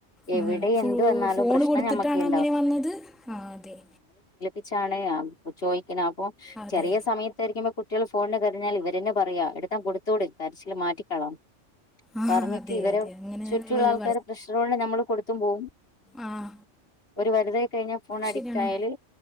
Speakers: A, on the left; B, in the centre.
A: എവിടെ
B: ഉം ഫോ
A: എന്ത് വന്നാലും
B: ഫോണ്
A: പ്രശ്നം
B: കൊട്ത്ത്ട്ടാണ്
A: ഞമ്മക്കേ ഉണ്ടാവൂ
B: അങ്ങനെ വന്നത് ആഹ് അതെ.
A: ഇചാണ് ചോയിക്ക്ണേ അപ്പോ
B: അതെ
A: ചെറിയ സമയത്തായ്രിക്കുമ്പോ കുട്ട് ട്ട്യാള് ഫോണിന് കരഞ്ഞാൽ ഇവരെന്നെ പറയാ എടുത് കൊടുത്തുട് കരച്ചില് മാറ്റിക്കളം
B: ആ
A: പറഞ്ഞ്
B: അതെ
A: തിവരം
B: അതെ അങ്ങനെയുള്ള
A: ചുറ്റുള്ള
B: ഒരു
A: ആൾക്കാരേ പ്രശ്നം കൊണ്ട് ഞമ്മള് കൊട്ത്തും പോവും.
B: ആഹ്
A: ഒരു പരുതായി കഴിഞ്ഞാ ഫോൺ അഡിക്റ്റ്
B: ശരിയാണ്
A: ആയാല്